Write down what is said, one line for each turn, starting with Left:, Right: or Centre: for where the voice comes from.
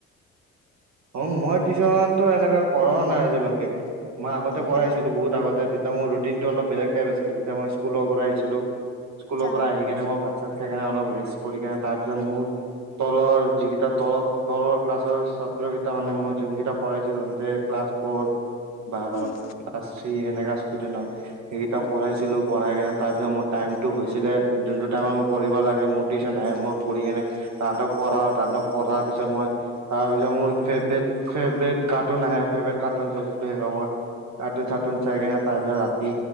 Right: <inaudible> অ মই টিশনতো এনেকা কৰা নাই আজিলৈকে মই আগতে
Left: অ
Right: কৰাইছিলো
Left: অ
Right: বহুত আগতে তেতিয়া মোৰ ৰুটিন টো অলপ বেলেগ আছিলে তেতিয়া মই স্কুলৰ পৰা আহিছিলো
Left: আচ্ছা
Right: স্কুলৰ পৰা আহি কেনে মই ভাত চাত খাই কিনে অলপ ৰেষ্ট কৰি কিনে তাৰপিছত মোৰ তলৰ যিকেইটা তলত তলৰ ক্লাছৰ ছাত্ৰ কেইটা মানে মই যোনকেইটা পঢ়াইছিলো <unintelligible> ক্লাছ ফ'ৰ বা ক্লাছ
Left: উম
Right: থ্ৰী সেনেকা ষ্টুডেন্টৰ সেইকেইটাক
Left: অ
Right: পঢ়াইছিলো পঢ়াই কিনে তাৰ পিছত মোৰ টাইমতো হৈছিলে যোনটো টাইমত মই পঢ়িব লাগে মোৰ টিচন আহে মই পঢ়ি কেনে তাহাঁতক পঢ়াওঁ, তাহাঁতক পঢ়াৰ পিছত মই তাৰপিছত মোৰ ফেভৰেত ফেভৰেত কাৰ্টুন আহে ফেভৰেট কাৰ্টুন চাইছিলো সেই সময়ত। কাৰ্টুন-চাৰ্টুন চাইকেনে তাৰ পিছত ৰাতি